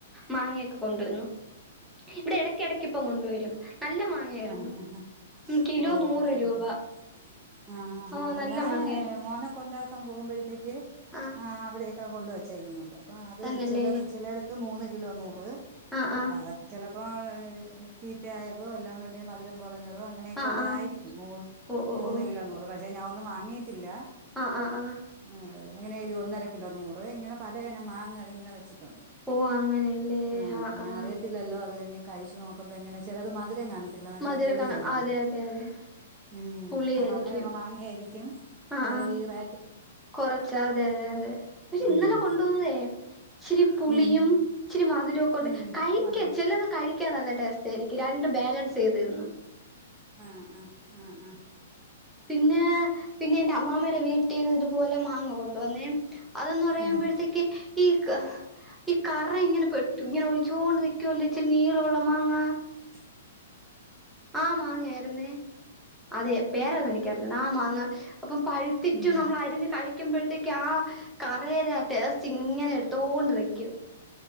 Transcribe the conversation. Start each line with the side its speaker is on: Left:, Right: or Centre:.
Centre: മാങ്ങെക്കേ കൊണ്ടുവന്നു, ഇവിടെ എടക്ക് എടക്ക് ഇപ്പം കൊണ്ടുവരും നല്ല മാങ്ങയായിരുന്നു
Right: ആഹ് ആഹ്
Centre: ഉം കിലോ
Right: ഓഹ്
Centre: നൂറ് രൂപ
Right: ഓഹ് ഹ് ആഹ്
Centre: ഓ നല്ല
Right: ഞായ്
Centre: മാങ്ങയായിരുന്നു
Right: മോനേ കൊണ്ടേക്കാൻ പോകുമ്പോഴത്തേക്ക
Centre: ആഹ്
Right: അവിടെയക്കെ കൊണ്ട് വെച്ചേക്കുന്നുണ്ട് അപ്പ അത്
Centre: തന്നല്ലേ
Right: ചെലത് ചെലേയിടത്ത് മൂന്ന് കിലോ നൂറ്
Centre: ആഹ് ആഹ്
Right: അപ്പൊ അതെ ക്കെ ചെലപ്പോ ചീത്തയായതോ എല്ലാ ന്നുണ്ടെങ്കി മധുരം കൊറഞ്ഞതോ അങ്ങനെയൊക്കെ
Centre: ആഹ്
Right: ഉള്ളതായിരിക്കും
Centre: ആഹ്
Right: മൂ
Centre: ഓ ഓ
Right: മൂന്ന്
Centre: ഓ
Right: കിലോ നൂറ് പക്ഷെ ഞാനൊന്നും വാങ്ങിയിട്ടില്ല
Centre: അ അ ആഹ്
Right: ആഹ് അങ്ങനെ എഴുതി ഒന്നെര കിലോ നൂറ് ഇങ്ങെനെ പലെ ഇനം മാങ്ങ ഇങ്ങനെ വെച്ചിട്ടുണ്ട്
Centre: ഓ അങ്ങനെയല്ലേ
Right: ആ
Centre: ആഹ്
Right: പിന്നെ
Centre: ആഹ്
Right: അറിയത്തില്ലല്ലോ അത് ഇനി കഴിച്ചു നോക്കുമ്പോ എങ്ങനെ ചെലത് മധുരം കാണ് ത്തില്ല നല്ലെ
Centre: മധുരക്കണ
Right: പുളിയായിരിക്കും
Centre: അതെ അതെ അതെ
Right: ഉം
Centre: പുളിയായിരിക്കും
Right: അപ്പ അങ്ങനെയുള്ള മാങ്ങെ ആയിരിക്കും
Centre: ആഹ് ആഹ്
Right: ഈറെ
Centre: കൊറച്ച അതെ അതെ തെ പക്ഷെ
Right: ഉം
Centre: ഇന്നല്ലെ കൊണ്ട് വന്നതേ ഇച്ചിരി പുളിയും
Right: ഉം
Centre: ഇച്ചിരി മധുരവും കൊണ്ട്
Right: ഉം
Centre: കഴിക്കാൻ
Right: അത്
Centre: ചെലത് കഴിക്കാൻ നല്ല ടേസ്റ്റ് ആയിരിക്കും രണ്ട് ബാലൻസ് ചെയ്തെന്നു
Right: ആഹ് ആ ആഹ് ആ
Centre: പിന്നെ പിന്നെ എന്റെ- അമ്മാമടെ വീട്ടീന്ന് ഇതുപോലെ മാങ്ങ കൊണ്ട് വന്നേ അതന്ന് പറയുമ്പോഴത്തേക്ക്
Right: ആഹ്
Centre: ഈക ഈ കറ ഇങ്ങനെ പെട്ടു ഇങ്ങനെ ഒഴിച്ചോണ്ട് നിക്കുവല്ലേ ഇച്ചിരി നീളള്ള മാങ്ങ
Right: ശ്
Centre: ആ മാങ്ങയായിരുന്നേ അതെ പേരൊന്നെനിക്കറില്ലാ ആഹ് മാങ്ങ അപ്പൊ പഴുത്തിറ്റും
Right: ഉം
Centre: നമ്മളരിഞ്ഞ്കഴി ക്കുമ്പഴ്ത്തേക്കാ ആഹ് കറരാടേസ്റ്റിങ്ങനെട്ത്തോണ്ടിരിയ്ക്കും